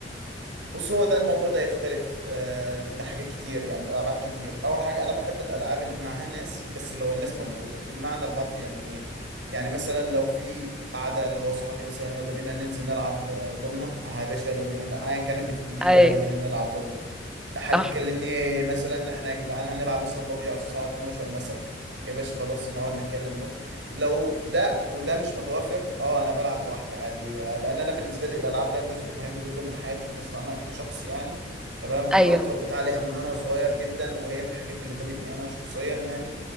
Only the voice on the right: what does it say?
بص هو ده الموضوع ده يختلف آه لحاجات كتير يعني ابعاد كتير اول حاجة انا بحب الالعاب اللي معاها ناس بس لو الناس موجودة بالمعنى الحرفي يعني ايه يعني مثلا لو في قعدة اللي هو صحابي مثلا يلا بينا ننزل نلعب آه، ضمنة اه يا باشا يلا بينا ايا كان اللي في ايدي يلا
بينا نلعب ضمنة حد
كلمني مثلا ان احنا يا جدعان هنلعب مثلا بابجي على الساعه 12 مثلا يا باشا خلاص نقعد نتكلم بابجي لو ده وده مش متوافر اه انا بلعب لوحدي عادي آه، لان انا بالنسبه لي الالعاب ده جزء مهم جدا من حياتي مثلا انا كشخص يعني تمام
وانا اتربيت عليها من وانا صغير جدا وهي من الحاجات اللي بنتني انا شخصيا يعني